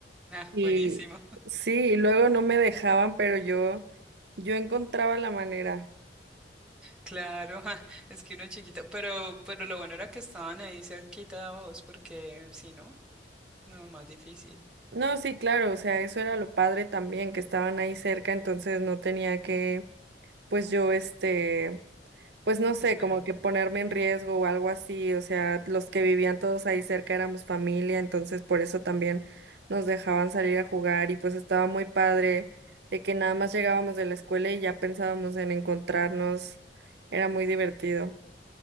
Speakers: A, in the centre; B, on the right.
A: Ah,
B: Y
A: buenísimo. <laughs>
B: sí, y luego no me dejaban, pero yo, yo encontraba la manera.
A: Claro, ah, es que uno chiquito, pero, pero lo bueno era que estaban ahí cerquita de vos, porque si no, no es más difícil.
B: No, sí, claro, o sea, eso era lo padre también, que estaban ahí cerca, entonces no tenía que, pues yo, este pues no sé,
A: Espera.
B: como que ponerme en riesgo o algo así, o sea, los que vivían todos ahí cerca éramos familia, entonces por eso también nos dejaban salir a jugar y pues estaba muy padre de que nada más llegábamos de la escuela y ya pensábamos en encontrarnos, era muy divertido.